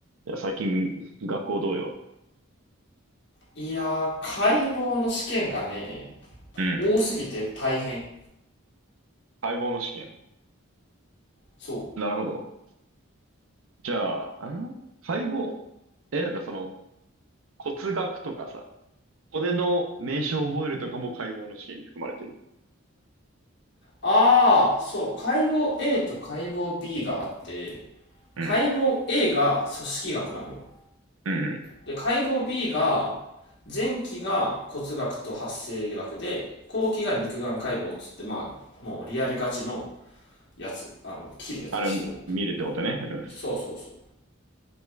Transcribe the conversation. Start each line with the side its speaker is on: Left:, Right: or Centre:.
Right: いや、最近、学校どうよ。
Left: いやー、解剖の試験がね、
Right: うん。
Left: 多すぎて大変。
Right: 解剖の試験。
Left: そう。
Right: なるほど。じゃあ、ん解剖。え、なんかその、骨学とかさ、骨の名称を覚えるとかも解剖の試験に含まれてる
Left: ああ、そう。解剖 A と解剖 B があって、
Right: の。
Left: 解剖
Right: うん。
Left: A が組織学なのよ。
Right: うんうん。
Left: で、解剖 B が、前期が骨学と発生学で、後期が肉眼解剖っつって、まあ、もうリアルガチのやつ。あの、切るやつ、
Right: あれ、
Left: 人を。
Right: 見るってことね。うん。
Left: そうそうそう。